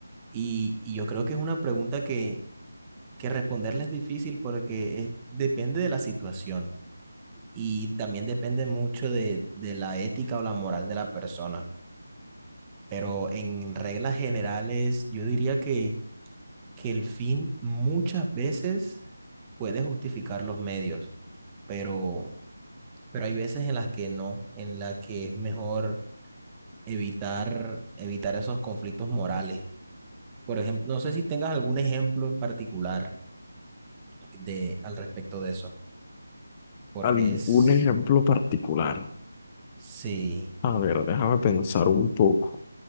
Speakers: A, on the right; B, on the left.
A: y, y yo creo que es una pregunta que, que responderle es difícil porque es- depende de la situación y también depende mucho de, de la ética o la moral de la persona. Pero en reglas generales, yo diría que, que el fin muchas veces puede justificar los medios, pero, pero hay veces en las que no, en las que es mejor evitar, evitar esos conflictos morales Por ejemplo, no sé si tengas algún ejemplo en particular de al respecto de eso, porque
B: ¿Algún
A: es,
B: ejemplo particular?
A: sí,
B: A ver, déjame pensar un poco.